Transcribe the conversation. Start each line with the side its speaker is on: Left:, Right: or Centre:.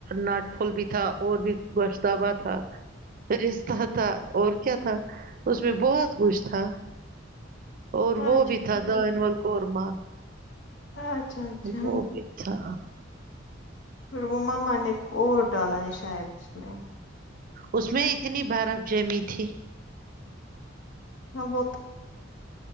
Right: ناٹ پھول بھی تھا اور بھی گوشتبہ تھا رشہ تھا اور کیا تھا تھا اس میں بہت کچھ تھا اور
Left: اچھا
Right: وہ بھی
Left: ٹھیک
Right: تھا د م
Left: اچھا اچھا
Right: وہ بھی تھا <inaudible>
Left: فربما میں نے کو اور ڈالا ہے شاید اس میں
Right: اس میں اتنی برف جیمی تھی
Left: ہاں وہ